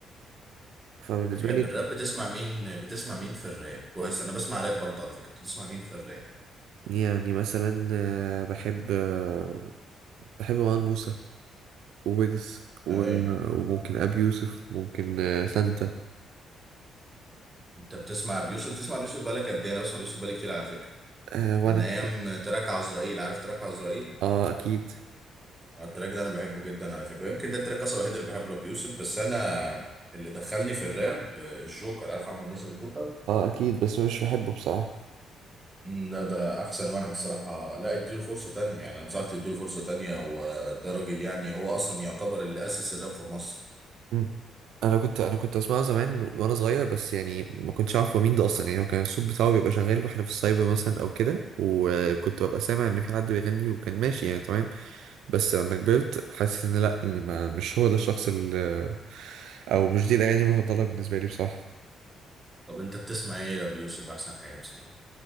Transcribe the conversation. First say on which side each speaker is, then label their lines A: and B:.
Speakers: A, on the right; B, on the right.
A: فبالنسبة
B: بتحب
A: لي
B: الراب بتسمع مين بتسمع مين في الراب كويس انا بسمع راب برضه على فكره بتسمع مين في الراب
A: يعني مثلا آه بحب آه بحب مروان موسى وويجز و-
B: ايوه
A: وممكن أبي يوسف ممكن آه سانتا
B: انت بتسمع بيوسف بتسمع بيوسف بقالك قد ايه انا بسمع بيوسف بقالي كتير على فكره
A: آه وأنا
B: من ايام تراك عزرائيل عارف تراك عزرائيل
A: اه اكيد
B: آه، التراك ده انا بحبه جدا على فكره ويمكن ده التراك اصلا الوحيد اللي بحبه لبيوسف بس انا اللي دخلني في الراب آه، الجوكر عارف احمد ناصر الجوكر
A: اه اكيد بس مش بحبه بصراحه
B: مم، لا ده احسن واحد الصراحه لا اديله فرصه تانية يعني انصحك تديله فرصه تانية وده راجل يعني هو اصلا يعتبر اللي اسس الراب في مصر
A: مم. انا كنت انا كنت بسمعه زمان وانا صغير بس يعني ما كنتش اعرف هو مين ده اصلا يعني هو كان الصوت بتاعه بيبقى شغال واحنا في السايبر مثلا او كده وكنت ببقى سامع ان في حد بيغني وكان ماشي يعني تمام بس لما كبرت حاسس ان لا يعني ما مش هو ده الشخص اللي او مش دي الاغاني المفضله بالنسبه لي بصراحه
B: طب انت بتسمع ايه لابيوسف احسن حاجه بتسمعها